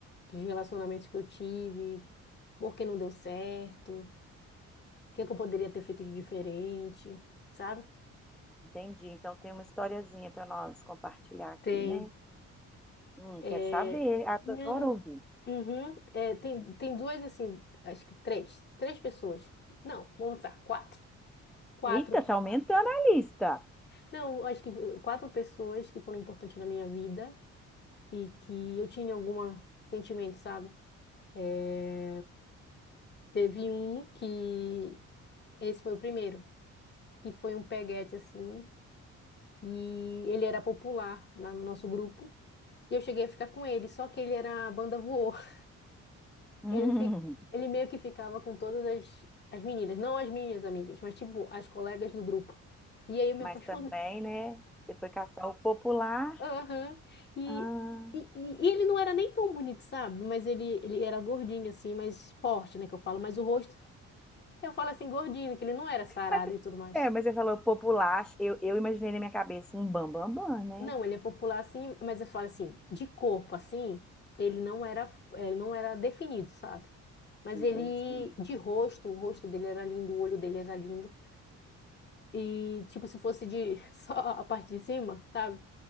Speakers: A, on the left; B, in the centre.
A: dos relacionamentos que eu tive, por que não deu certo, o que que eu poderia ter feito de diferente, sabe?
B: Entendi. Então tem uma historiazinha para nós compartilhar aqui,
A: Tem,
B: né? Hum,
A: é,
B: quero saber, adoro
A: não,
B: ouvir.
A: uhum, é, tem, tem duas assim, acho que três, três pessoas. Não, vamos lá, quatro. Quatro
B: Eita,
A: que
B: tá aumentando a lista.
A: Não, acho que eh, quatro pessoas que foram importantes na minha vida e que eu tinha algum sentimento, sabe? Eh, Teve um que, esse foi o primeiro, que foi um peguete assim, e ele era popular lá no nosso grupo, e eu cheguei a ficar com ele, só que ele era a banda voou. <laughs>
B: <laughs> Hum,
A: Ele, fi- ele meio que ficava com todas as, as meninas, não as minhas amigas, mas tipo, as colegas do grupo. E aí eu me
B: mas
A: apaixonei.
B: também, né? Você foi caçar o popular.
A: Aham. E,
B: Ah,
A: e, e e ele não era nem tão bonito, sabe? Mas ele, ele era gordinho, assim, mais forte, né? Que eu falo. Mas o rosto, eu falo assim, gordinho, que ele não era sarado
B: mas,
A: e tudo mais.
B: é, mas você falou popular. Eu, eu imaginei na minha cabeça um bam bam bam, né?
A: Não, ele é popular, assim, mas eu falo assim, de corpo, assim, ele não era, ele não era definido, sabe? Mas
B: Entendi.
A: ele, de rosto, o rosto dele era lindo, o olho dele era lindo. E, tipo, se fosse de <laughs> só a parte de cima, sabe?